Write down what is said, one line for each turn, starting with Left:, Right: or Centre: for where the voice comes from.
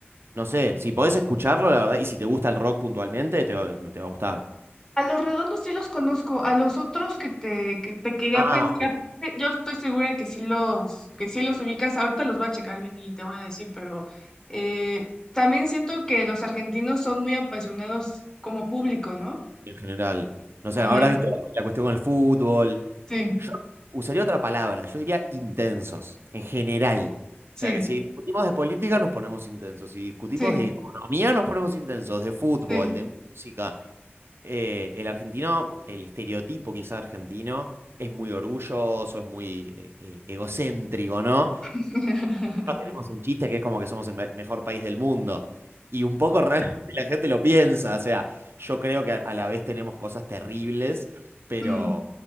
Right: no sé, si podés escucharlo, la verdad, y si te gusta el rock puntualmente, te va, te va a gustar.
Left: A los redondos sí los conozco, a los otros que te, que te quería
Right: Ah,
Left: pensar, yo estoy segura que sí los, que sí los ubicas, ahorita los voy a checar bien y te voy a decir, pero eh, también siento que los argentinos son muy apasionados como público, ¿no?
Right: en general. No sé,
Left: Ajá,
Right: habrás visto la, la cuestión con el fútbol,
Left: sí,
Right: Yo usaría otra palabra, yo diría intensos, en general. O
Left: sí,
Right: sea que si discutimos de política nos ponemos intensos, si discutimos
Left: sí,
Right: de economía nos ponemos intensos, de fútbol,
Left: sí.
Right: de música. Eh, el argentino, el estereotipo quizá argentino, es muy orgulloso, es muy eh, eh, egocéntrico, ¿no?
Left: <laughs>
Right: nosotros tenemos un chiste que es como que somos el me- mejor país del mundo. Y un poco realmente <laughs> la gente lo piensa. O sea, yo creo que a, a la vez tenemos cosas terribles, pero,
Left: Mm.